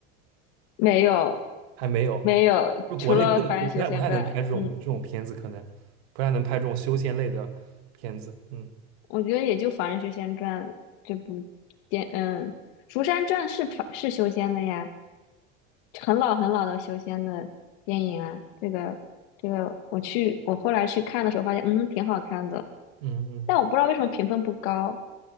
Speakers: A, on the left (about 65°); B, on the right (about 80°).
A: 没有
B: 还没有，
A: 没有，
B: 就国内不能不太不太能拍这种这种片子，
A: 除了《凡人修仙传》，嗯，
B: 可能不太能拍这种修仙类的片子。嗯
A: 我觉得也就《凡人修仙传》这部电，嗯，《蜀山传》是凡是修仙的呀，很老很老的修仙的电影啊。这个这个，我去我后来去看的时候发现，嗯，挺好看的，
B: 嗯嗯，
A: 但我不知道为什么评分不高。